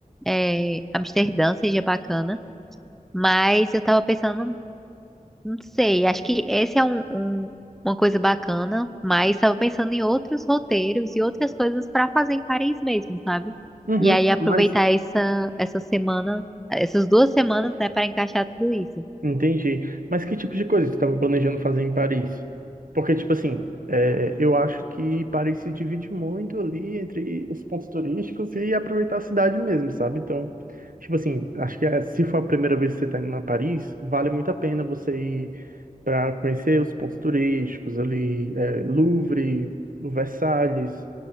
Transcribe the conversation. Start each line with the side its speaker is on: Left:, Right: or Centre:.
Centre: é, Amsterdã seja bacana. Mas eu tava pensando Não sei, acho que esse é um, um- uma coisa bacana, mas estava pensando em outros roteiros e outras coisas para fazer em Paris mesmo, sabe?
Right: Uhum,
Centre: E aí aproveitar
Right: mas
Centre: essa, essa semana, essas duas semanas, né, para encaixar tudo isso.
Right: entendi. Mas que tipo de coisa você estava planejando fazer em Paris? Porque, tipo assim, é, eu acho que Paris se divide muito ali entre os pontos turísticos e aproveitar a cidade mesmo, sabe? Então, tipo assim, acho que é, se for a primeira vez que você está indo a Paris, vale muito a pena você ir para conhecer os pontos turísticos ali, é, Louvre, o Versalhes,